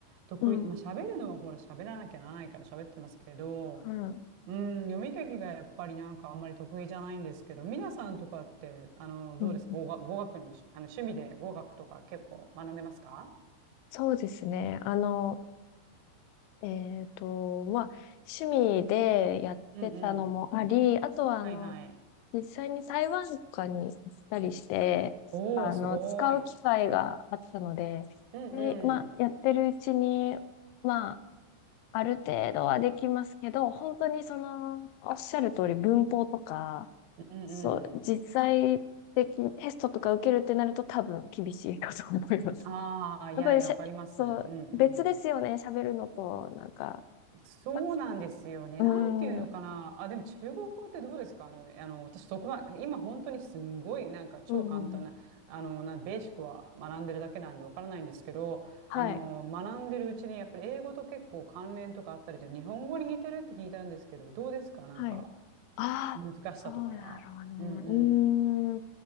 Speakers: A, on the right; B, on the left.
A: 得意。
B: うん、うん、
A: まあ、喋るのはほら、喋らなきゃならないから喋ってますけど、
B: うん
A: うん、読み書きがやっぱりなんかあんまり得意じゃないんですけど、皆さんとかって、あの、
B: うん。
A: どうですか語学、語学のし、あの趣味で語学とか結構学んでますか
B: そうですね。あの、えっと、まあ、趣味でやってたのもあり、
A: うんうん。
B: あとは、あの、
A: はいはい。
B: 実際に台湾とかに行ったりして、
A: おお、
B: あの、
A: すごい。
B: 使う機会があったので、
A: うんう
B: で、まあ、
A: ん。
B: やってるうちに、まあ、ある程度はできますけど、本当にその、おっしゃる通り文法とか、
A: うんうん。
B: そう、実際的にテストとか受けるってなると多分厳しいかと思います。
A: ああ、
B: <laughs>
A: いやいや、
B: やっぱりしゃ、
A: わかります。
B: そう、
A: うんうん。
B: 別ですよね、喋るのと、なんか、
A: そうなんですよね。
B: まあうーん、
A: なんていうのかな。
B: うん、
A: あ、でも中国語ってどうですかあの、あの、私そこまで、今本当にすんごいなんか超簡単な、
B: うんうん、
A: あの、なんベーシックは学んでるだけなんでわからないんですけど、
B: はい。
A: あの、学んでるうちにやっぱり英語と結構関連とかあったりで、日本語に似てるって聞いたんですけど、どうですかなんか、
B: はい。ああ、
A: 難しさとかは。
B: そうだろうね。
A: うんうん。
B: うーん。